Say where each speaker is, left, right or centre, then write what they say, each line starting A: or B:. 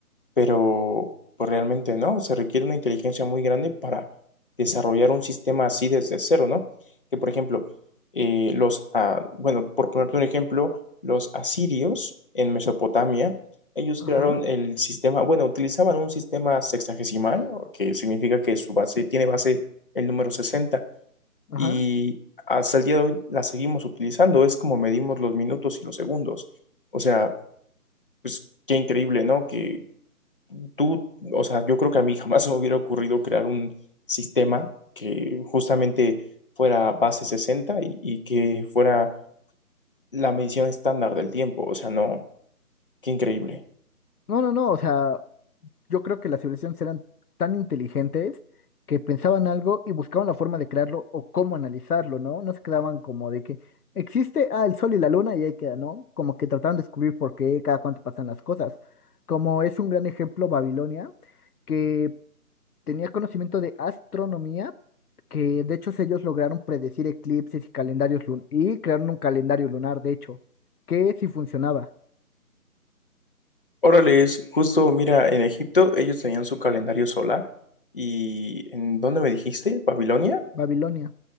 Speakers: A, on the left; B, on the left.
A: pero pues realmente no, se requiere una inteligencia muy grande para desarrollar un sistema así desde cero, ¿no? Que por ejemplo, eh, los, ah, bueno, por ponerte un ejemplo, los asirios en Mesopotamia, ellos
B: Ajá,
A: crearon el sistema, bueno, utilizaban un sistema sexagesimal, o que significa que su base tiene base el número sesenta
B: ajá.
A: y hasta el día de hoy la seguimos utilizando, es como medimos los minutos y los segundos. O sea, pues qué increíble, ¿no? Que Tú, o sea, yo creo que a mí <laughs> jamás se me hubiera ocurrido crear un sistema que justamente fuera base 60 y, y que fuera la medición estándar del tiempo. O sea, no, qué increíble.
B: No, no, no, o sea, Yo creo que las civilizaciones eran tan inteligentes que pensaban algo y buscaban la forma de crearlo o cómo analizarlo, ¿no? No se quedaban como de que existe, ah, el sol y la luna y ahí queda, ¿no? Como que trataban de descubrir por qué, cada cuánto pasan las cosas. Como es un gran ejemplo Babilonia, que tenía conocimiento de astronomía, que de hecho ellos lograron predecir eclipses y calendarios lun y crearon un calendario lunar, de hecho, que sí funcionaba.
A: Órale, es justo, mira, en Egipto ellos tenían su calendario solar y ¿en dónde me dijiste? ¿Babilonia?
B: Babilonia.